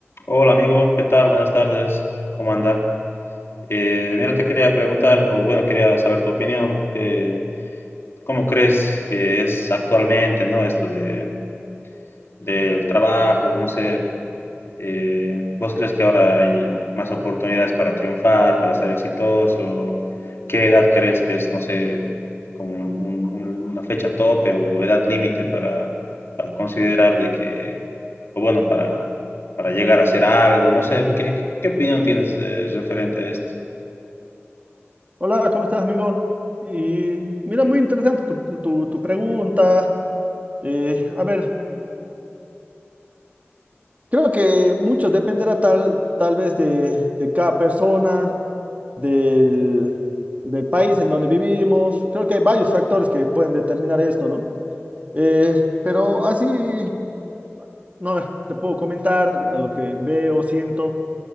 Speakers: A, on the left; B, on the right.
A: Hola amigo, ¿qué tal? Buenas tardes, ¿cómo anda? Eh, mira, te quería preguntar, o bueno, quería saber tu opinión, que, ¿cómo crees que es actualmente, ¿no? Esto de, del trabajo, no sé, eh, ¿vos crees que ahora hay más oportunidades para triunfar, para ser exitoso? ¿Qué edad crees que es, no sé, como un- un- un- una fecha tope o edad límite para, para considerar de que, o bueno, para, para llegar a hacer algo? No sé, ¿qué, qué- qué opinión tienes eh, referente a esto?
B: Hola, ¿cómo estás, amigo? Y mira, muy interesante tu, tu- tu pregunta. Eh, a ver, creo que mucho dependerá tal, tal vez de, de cada persona, del, del país en donde vivimos. Creo que hay varios factores que pueden determinar esto, ¿no? Eh, pero así, no, te puedo comentar a lo que veo, siento.